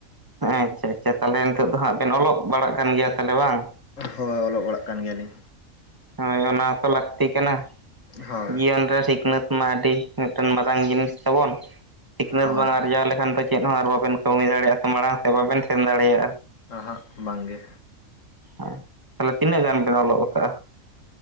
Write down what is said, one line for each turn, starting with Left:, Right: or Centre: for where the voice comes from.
Right: ᱟᱪᱪᱷᱟ ᱟᱪᱪᱷᱟ ᱛᱟᱦᱚᱞᱮ ᱱᱤᱛᱚᱜ ᱫᱚ ᱦᱟᱸᱜ ᱵᱤᱱ ᱚᱞᱚᱜ ᱵᱟᱲᱟᱜ ᱠᱟᱱ ᱜᱮᱭᱟ ᱛᱟᱦᱚᱞᱮ ᱵᱟᱝ
Left: ᱦᱳᱭ ᱚᱞᱚᱜ ᱯᱟᱲᱟᱜ ᱠᱟᱱ ᱜᱮᱭᱟᱞᱤᱧ᱾
Right: ᱦᱳᱭ ᱚᱱᱟ ᱦᱚᱸᱛᱚ ᱞᱟᱹᱠᱛᱤ ᱠᱟᱱᱟ
Left: ᱦᱳᱭ
Right: ᱡᱤᱭᱚᱱ ᱨᱮ ᱥᱤᱠᱷᱱᱟᱹᱛ ᱟᱹᱰᱤ ᱢᱤᱫᱴᱟᱝ ᱢᱟᱨᱟᱝ ᱡᱤᱱᱤᱥ ᱛᱟᱵᱚᱱ ᱥᱤᱠᱷᱱᱟᱹᱛ
Left: ᱦᱳᱭ
Right: ᱵᱟᱝ
Left: ᱦᱳᱭ
Right: ᱟᱨᱡᱟᱣ <unintelligible> ᱠᱷᱟᱱ ᱫᱚ ᱪᱮᱫ ᱦᱚᱸ ᱟᱨ ᱵᱟᱵᱮᱱ ᱠᱟᱹᱢᱤ ᱫᱟᱲᱮᱭᱟᱜᱼᱟ ᱥᱮ ᱢᱟᱲᱟᱝ ᱥᱮᱫ ᱵᱟᱵᱮᱱ ᱥᱮᱱ ᱫᱟᱲᱮᱭᱟᱜᱼᱟ᱾
Left: ᱚᱸᱦᱚᱜ ᱵᱟᱝᱜᱮ
Right: <unintelligible> ᱛᱟᱦᱚᱞᱮ ᱛᱤᱱᱟᱹᱜ ᱜᱟᱱ ᱵᱮᱱ ᱚᱞᱚᱜ ᱟᱠᱟᱜᱼᱟ?